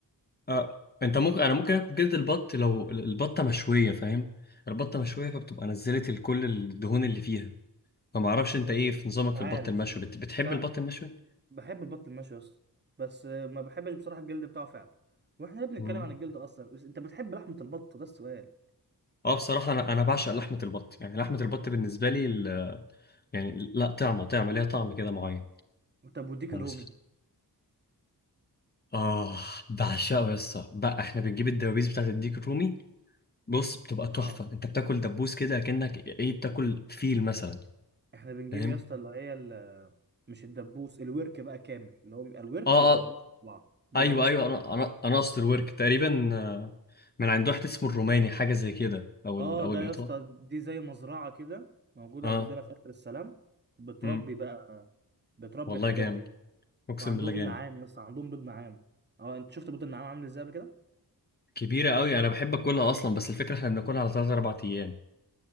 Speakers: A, on the left; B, on the right.
A: آه. انت ممكن انا ممكن اكل جلد البط لو البطه مشويه فاهم البطه مشويه فبتبقى نزلت ال- كل الدهون اللي فيها فما اعرفش
B: مم،
A: انت ايه في نظامك
B: مش
A: في
B: عارف
A: البط المشوي بت... بتحب
B: لا
A: البط المشوي
B: بحب البط المشوي يا اسطى بس آه، ما بحبش بصراحة الجلد بتاعه فعلا واحنا ليه بنتكلم
A: مم.
B: عن الجلد أصلا بس أنت بتحب لحمة البط ده السؤال
A: اه بصراحه انا انا بعشق لحمه البط يعني لحمه البط بالنسبه لي ال... يعني لا طعمه طعمه ليها طعم كده معين
B: طب وديك
A: ومس...
B: الرومي
A: اه بعشقه يا اسطى بقى احنا بنجيب الدبابيس بتاعت الديك الرومي بص بتبقى تحفه
B: اه
A: انت بتاكل دبوس كده كأنك ايه بتاكل فيل مثلا
B: احنا بنجيب
A: فاهم
B: يا اسطى اللي هي ال- مش الدبوس الورك بقى كامل اللي هو بيبقى الورك
A: اه
B: والدبوس
A: آه،
B: مع بعض بيبقى
A: ايوه
B: اسطوري
A: ايوه انا انا انا اصل ورك تقريبا آه، من عند واحد اسمه الروماني حاجه زي كده او
B: اه
A: ال او
B: ده
A: الايطالي
B: يا اسطى دي زي مزرعه كده موجوده
A: اه
B: عندنا في اخر السلام بتربي
A: امم
B: بقى بتربي
A: والله
B: الحاجات
A: جامد
B: دي
A: اقسم
B: وعندهم
A: بالله جامد
B: نعام يا اسطى عندهم بيض نعام اه انت شفت بيض النعام عامل ازاي قبل كده
A: كبيره قوي انا بحب اكلها اصلا بس الفكره احنا بناكلها على 3 4 ايام